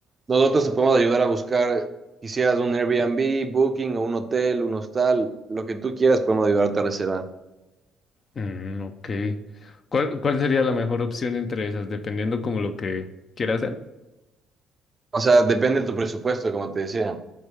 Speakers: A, on the right; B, on the left.
A: Nosotros te podemos ayudar a buscar, quisieras un Airbnb, Booking o un hotel, un hostal, lo que tú quieras, podemos ayudarte a reservar.
B: Mm, ok. ¿Cuál, cuál sería la mejor opción entre esas, dependiendo como lo que quiera hacer?
A: O sea, depende de tu presupuesto, como te decía.